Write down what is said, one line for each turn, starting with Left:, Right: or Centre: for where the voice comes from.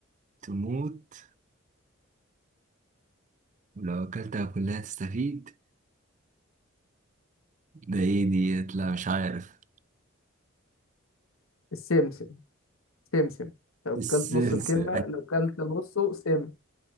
Right: تموت ولو أكلتها كلها تستفيد ده ايه ديت لا مش عارف
Left: السمسم سمسم لو
Right: السلسة
Left: كلت نص الكلمة لو كلت نصه سم